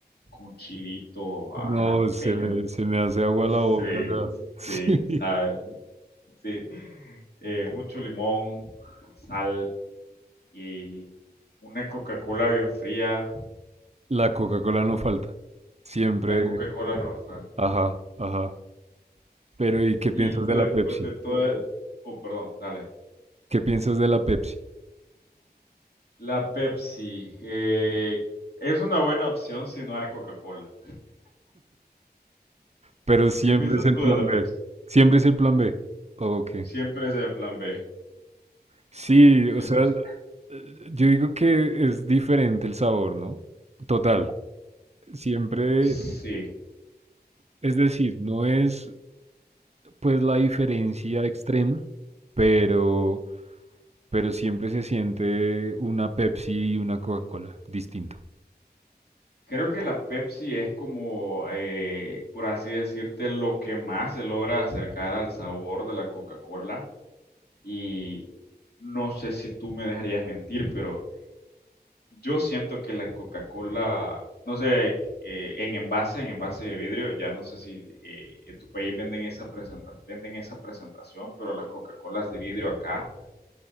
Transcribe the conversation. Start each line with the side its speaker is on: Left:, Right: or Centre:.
Left: con chilito,
Right: No,
Left: ah, jalapeño.
Right: se me, se me hace agua
Left: Sí,
Right: la boca ya. <laughs> Sí.
Left: sí, ¿sabes? Sí. Eh, mucho limón, sal y una Coca-Cola bien fría.
Right: La Coca-Cola no falta. Siempre.
Left: La Coca-Cola no falta.
Right: Ajá, ajá. Pero ¿y qué piensas
Left: Y
Right: de
Left: después
Right: la Pepsi?
Left: de todo... Oh, perdón, dale.
Right: ¿Qué piensas de la Pepsi?
Left: La Pepsi. eh, es una buena opción si no hay Coca-Cola.
Right: Pero siempre
Left: ¿Qué piensas
Right: es el
Left: tú
Right: plan
Left: de la Pepsi?
Right: B. Siempre es el plan B. Ok.
Left: Siempre es el plan B.
Right: Sí,
Left: Siempre
Right: o sea,
Left: es.
Right: eh, yo digo que es diferente el sabor, ¿no? Total. Siempre,
Left: Sí.
Right: es decir, no es pues la diferencia extrema, pero, pero siempre se siente una Pepsi y una Coca-Cola distinto.
Left: Creo que la Pepsi es como, eh, por así decirte, lo que más se logra acercar al sabor de la Coca-Cola. Y no sé si tú me dejarías mentir, pero yo siento que la Coca-Cola, no sé, eh, en envase, en envase de vidrio, ya no sé si eh, en tu país venden esa, presenta- venden esa presentación, pero las Coca-Colas de vidrio acá